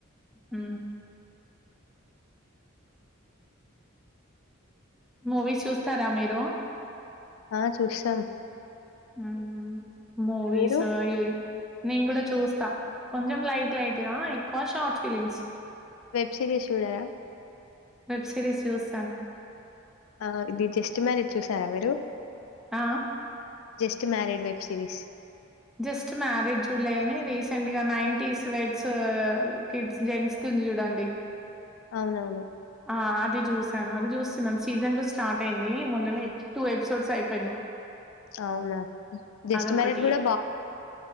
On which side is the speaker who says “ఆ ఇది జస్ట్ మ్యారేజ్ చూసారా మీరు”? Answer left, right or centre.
Left